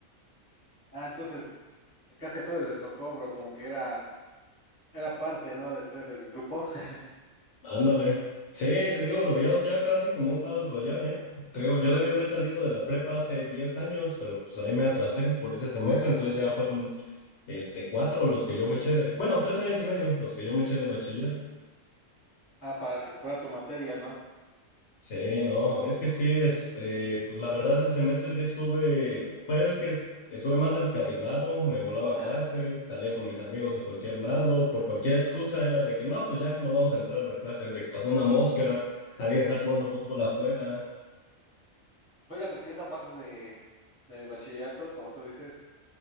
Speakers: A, in the centre; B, on the left.
A: Ah, entonces, casi a todos les tocó, bro, como que era, era parte, ¿no? De ser el grupo. <laughs>
B: Ándale. Sí, te digo, lo veíamos ya casi como un Battle Royale, ¿eh? Te digo, yo debí haber salido de la prepa hace 10 años, pero pues ahí me atrasé por ese semestre, entonces ya fueron este, cuatro los que yo me eché de, bueno, tres años y medio los que yo me eché de bachiller.
A: Ah, para recuperar tu materia, ¿no? <laughs>
B: Sí, no, es que sí, este, pues la verdad ese semestre sí estuve, fue el que es- estuve más descarrilado, me volaba
A: Ajá.
B: clases, salía con mis amigos a cualquier lado, por cualquier excusa era de que no, pues ya, no vamos a entrar a la clase, de que pasó una mosca, alguien está jugando fútbol afuera,
A: Fíjate que esa parte de, de mi bachillerato, como tú dices,